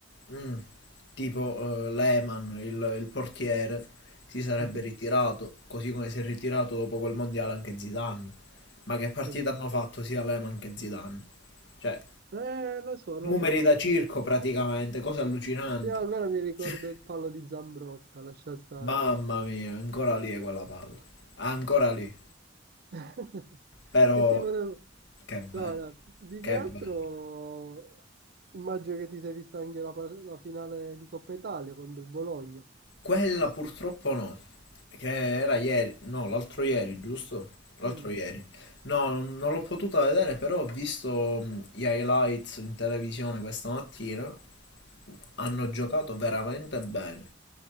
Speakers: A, on the left; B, on the right.
A: mm, tipo eh, Lehmann, il, il portiere, si sarebbe
B: mhm,
A: ritirato, così come si è ritirato dopo quel mondiale anche Zidane. Ma che partita
B: capito?
A: hanno fatto sia Lehmann che Zidane? Cioè,
B: Eh, lo so,
A: numeri
B: lo so, lo
A: da
B: so.
A: circo praticamente, cose allucinanti.
B: Io almeno mi ricordo
A: <laughs>
B: il palo di Zambrotta, lascia stare.
A: Mamma mia, ancora lì è quella palla. Ancora lì.
B: <laughs>
A: Però
B: Che tipo di...
A: che bello,
B: No, no, più
A: che
B: che altro
A: bello.
B: immagino che ti sei vista anche la, par- la finale di Coppa Italia contro il Bologna.
A: Quella purtroppo no, che era ieri, no, l'altro ieri, giusto? L'altro
B: Mm.
A: ieri. No, non non l'ho potuta vedere, però ho visto mh, gli highlights in televisione questa mattina. Hanno giocato veramente bene.